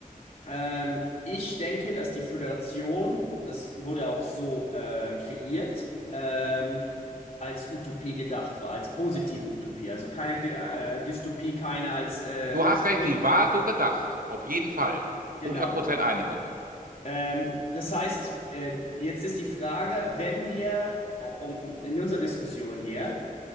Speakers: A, on the left (about 70°); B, on the right (about 70°).
A: Ähm, ich denke, dass die Föderation, das wurde auch so äh, kreiert, ähm, als Utopie gedacht war, als positive Utopie. Also keine Dy äh, Dystopie, keine als äh,
B: Du hast recht,
A: keine
B: sie
A: Dy
B: war so gedacht. Auf jeden Fall.
A: genau.
B: hundert Prozent Einigung.
A: Ähm, das heißt, äh, jetzt ist die Frage, wenn wir um, in unserer Diskussion hier